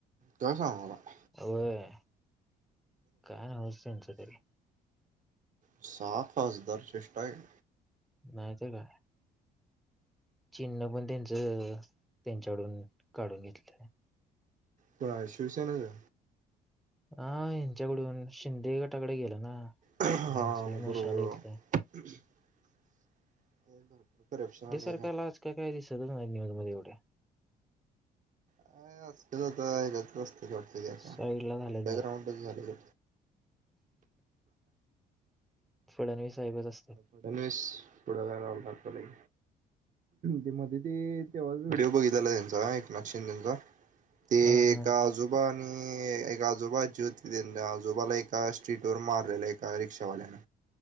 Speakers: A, on the right; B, in the centre.
A: काय सांगालायस?
B: होय. काय नव्हच त्यांचं तरी
A: सहा खासदार चेष्टा हाय काय.
B: नाही तर काय? चिन्ह पण त्यांच त्यांच्याकडून काढून घेतलेल.
A: कोणाच शिवसेनेच?
B: हां ह्यांच्याकडून शिंदे गटाकड गेल ना.
A: हा
B: यांचे
A: बरोबर
B: मशाल घेतलं
A: बरोबर करप्शन आहे.
B: सला आजकाल काय दिसतच नाही न्यूज मध्ये एवढ्या.
A: काय असत्यात आता एकत्र.
B: साईडला झाल्यात
A: अंडर
B: जरा
A: ग्राउंडच झाल.
B: फडणवीस साहेबच असतात
A: फडणवीस पुढ काय रावला <unintelligible> लागतला नाही. ते मध्ये ते तेव्हाच व्हिडिओ बघितलेला त्यांचा एकनाथ शिंदेचा. ते
B: हा हा
A: का आजुक बा आणि एक आजोबा आणि आजी होती. त्यांनी आजोबाला एका स्ट्रीट वर मारलेल एका रिक्षावाल्यान.